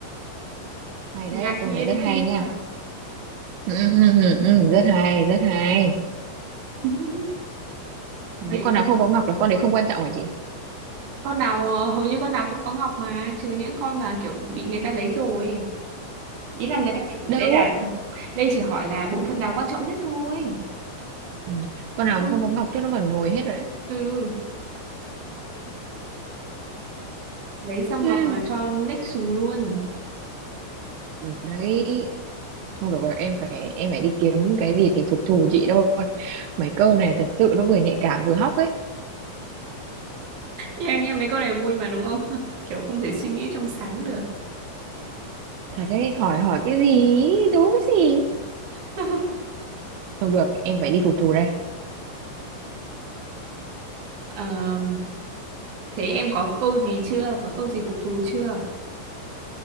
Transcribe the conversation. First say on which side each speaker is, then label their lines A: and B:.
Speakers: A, on the right; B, on the right.
A: Hay
B: ngạc
A: đấy, câu
B: nhiên
A: này rất hay
B: chưa?
A: nha. Ừ, ừ, ừ, ừ, ừ, rất hay, rất hay.
B: <laughs> Mấy
A: Nhưng con
B: con,
A: nào không có Ngọc là con đấy không quan trọng hả chị?
B: con nào ờ, hầu như con nào cũng có ngọc mà, trừ những con mà kiểu bị người ta lấy rồi. Ý là người ta sẽ-
A: Đâu.
B: đây là đây chỉ hỏi là bộ phận nào quan trọng nhất thôi.
A: Ừ. Con nào
B: Không.
A: mà không có Ngọc chắc nó vào nồi hết rồi á.
B: Ừ, lấy xong
A: Ừ.
B: ngọc là cho next xù luôn.
A: Được đấy. Không được rồi, em phải em phải đi kiếm cái gì để phục thù chị thôi. Mấy câu này thật sự nó vừa nhạy cảm vừa hóc ấy.
B: Thì anh em mấy con này vui mà đúng không? <laughs> Kiểu không thể suy nghĩ trong sáng được.
A: Thật đấy, hỏi hỏi cái gì, đố cái gì.
B: <laughs>
A: Không được, em phải đi phục thù đây.
B: Ờ, thế em có câu gì chưa? Có câu gì phục thù chưa?